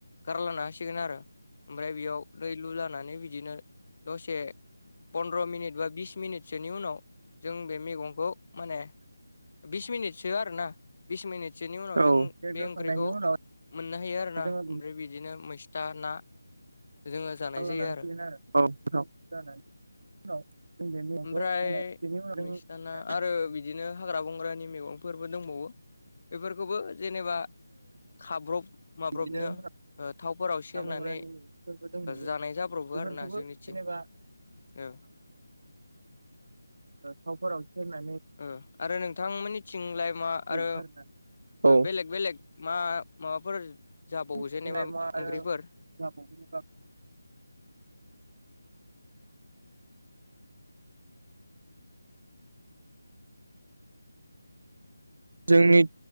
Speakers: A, on the left; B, on the right.
A: गारलांनो हासिगोन आरो ओमफ्राय बेयाव दै लुलानानै बिदिनो दसे पन्द्र' मिनिट बा बिस मिनिटसोनि उनाव जों बे मैगंखौ माने बिस मिनिटसो आरोना बिस मिनिट जनि उनाव
B: औ
A: जों
B: बेरग्रोखांनायनि
A: बे ओंख्रिखौ
B: उनाव
A: मोननो हायो आरोना
B: जोङो
A: ओमफ्राय बिदिनो मैस्था ना
B: नाखना
A: जोङो जानाय जायो आरो
B: <unintelligible> बे <unintelligible>
A: ओमफ्राय
B: जोंदा
A: मैस्था ना आरो बिदिनो हाग्रा बंग्रानि मैगंफोरबो दंबावो बेफोरखौबो जेनेबा खाब्रब माब्रबनो
B: बिदिनो हाग्रा
A: थावफोराव सेरनानै
B: बंग्रानि मैगंफोरबो दंबावो
A: जानाय जाब्रबो
B: बेफोरखौबो
A: आरोना जोंनिथिं।
B: <unintelligible>
A: ओ
B: थावफोराव सेरनाइ
A: ओ आरो नोंथांमोननि थिंलाय मा
B: बर'बो
A: आरो
B: आरोना औ
A: बेलेग बेलेग मा माबाफोर
B: <unintelligible>
A: जाबावो जेनेबा ओंख्रिफोर
B: जोंनि